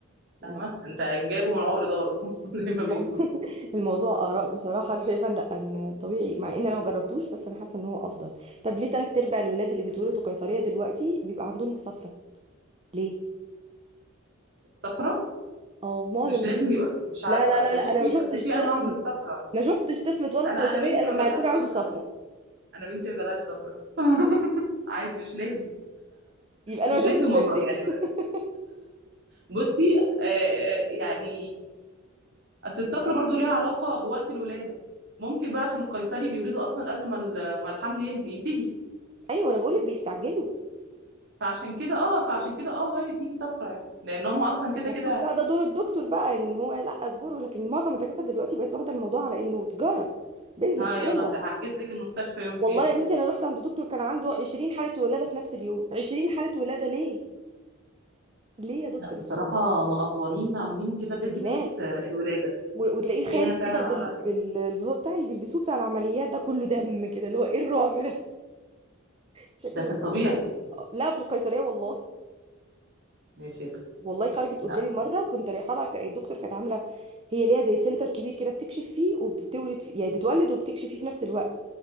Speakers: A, on the right (about 50°); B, on the right (about 25°).
A: فاهمه
B: لا
A: انت جايبه من عقر داره <laughs> زي ما
B: المو-
A: بيقولوا
B: <laughs> الموضوع آراء بصراحة أنا شايفة إن لا إن طبيعي مع إن أنا ما جربتوش بس أنا حاسة إن هو أفضل طب ليه تلات أرباع الولاد اللي بيتولدوا قيصرية دلوقتي بيبقى عندهم الصفرة ليه؟
A: الصفرة
B: اه معظم
A: مش
B: ال-
A: لازم يبقى مش عارفه
B: لا لا
A: اصل
B: لا لا
A: بصي
B: أنا ما شفتش
A: اصل في
B: طفل
A: انواع من الصفرة
B: ما شفتش طفل اتولد
A: انا
B: قيصرية
A: انا بنتي
B: إلا
A: ما
B: لما
A: جالهاش
B: يكون
A: صفرة
B: عنده صفرة
A: انا بنتي ما جالهاش صفرة عادي مش لازم
B: يبقى أنا
A: مش
B: ما شفتش
A: لازم
B: بنتك
A: والله يعني
B: <laughs>
A: بصي آه يعني اصل الصفرة برضو ليها علاقة بوقت الولادة ممكن بقى عشان القيصري بيولدوا اصلا قبل ما ال- ما الحمل ين- ينتهي
B: أيوه أنا بقولك بيستعجلوا
A: فعشان كده اه فعشان كده اه وارد يجي صفرة يعني لان هم اصلا كده
B: المفروض
A: كده
B: بقى ده دور الدكتور بقى ان هو لا اصبره لكن معظم الدكاتره دلوقتي بقت واخده الموضوع على انه تجاره بيزنس
A: ها يلا
B: يلا
A: هت- هحجز لك المستشفى يوم كام
B: والله يا بنتي انا رحت عند دكتور كان عنده 20 حاله ولاده في نفس اليوم 20 حاله ولاده ليه ليه يا دكتور
A: لا بصراحة
B: يا حبيبي
A: مقفورين عاملين كده بيزنس
B: ده جنان
A: آه، الولادة
B: و- وتلاقيه خارج
A: في هنا فعلا
B: كده بال...
A: على رأيي
B: بال اللي هو بتاع اللي بيلبسوه بتاع العمليات ده كله دم كده اللي هو ايه الرعب ده <laughs> شكله
A: ده في
B: يبقى
A: الطبيعي
B: فظيع آه، لا في القيصريه والله
A: يا شيخ
B: والله خرجت
A: لا
B: قدامي مره وكنت رايحه لها ك- إيه، الدكتور كانت عامله هي ليها زي سنتر كبير كده بتكشف فيه وبتولد فيه يعني بتولد وبتكشف فيه في نفس الوقت